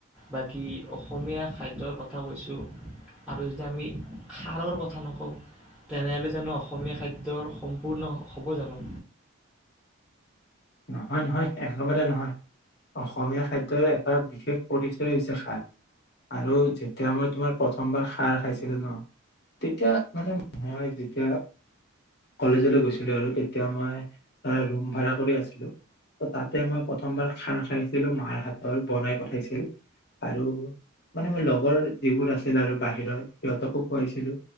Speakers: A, in the centre; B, on the left (about 50°).
A: বাকী অসমীয়া খাদ্যৰ কথা কৈছোঁ আৰু যদি আমি খাৰৰ কথা নকওঁ তেনেহ'লে জানো অসমীয়া খাদ্যৰ সম্পূৰ্ণ হ'ব জানো।
B: নহয, নহয় একেবাৰে নহয় অসমীয়া খাদ্যৰ এটা বিশেষ পৰিচয় হৈছে খাৰ আৰু যেতিয়া মই তোমাৰ প্ৰথমবাৰ খাৰ খাইছিলো ন' তেতিয়া মানে মই যেতিয়া কলেজলৈ গৈছিলো আৰু তেতিয়া মই ধৰা ৰুম ভাড়া কৰি আছি তাতে মই প্ৰথমবাৰ খাৰ খাইছিলো মাৰ হাতৰ বনাই পঠাইছিল আৰু মানে মোৰ লগৰ যিবোৰ আছিল আৰু বাহিৰৰ সিহঁতকো খুৱাইছিলো